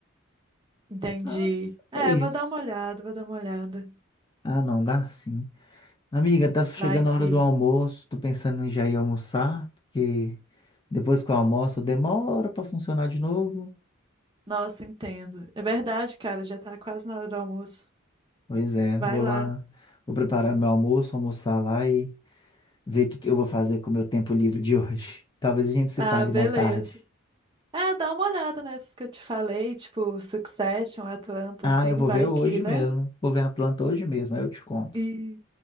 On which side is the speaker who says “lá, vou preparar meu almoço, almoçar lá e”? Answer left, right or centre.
Left